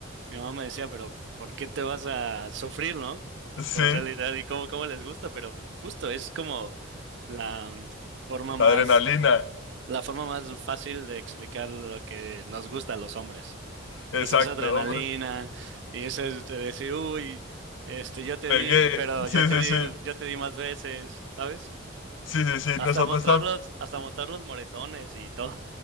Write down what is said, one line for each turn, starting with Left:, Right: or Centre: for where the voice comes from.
Right: mi mamá me decía, pero ¿por qué te vas a sufrir, no?
Left: Sí,
Right: O sea, literal, y cómo, cómo les gusta, pero justo es como la mm, forma más,
Left: La adrenalina,
Right: la forma más fácil de explicar lo que nos gusta a los hombres.
Left: exacto,
Right: O sea, esa adrenalina
Left: hombre.
Right: y ese de decir, uy, este, yo te
Left: Pegué,
Right: di, pero
Left: sí,
Right: yo te
Left: sí,
Right: di,
Left: sí,
Right: yo te di más veces, ¿sabes?
Left: sí, sí, sí,
Right: Hasta
Left: nosotros
Right: mostrar
Left: tam-
Right: los, hasta mostrar los moretones y todo.